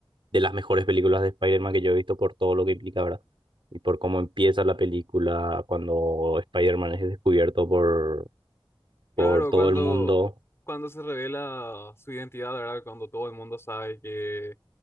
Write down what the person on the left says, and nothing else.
Claro,
cuando,
cuando se revela su identidad, ¿verdad? Cuando todo el mundo sabe que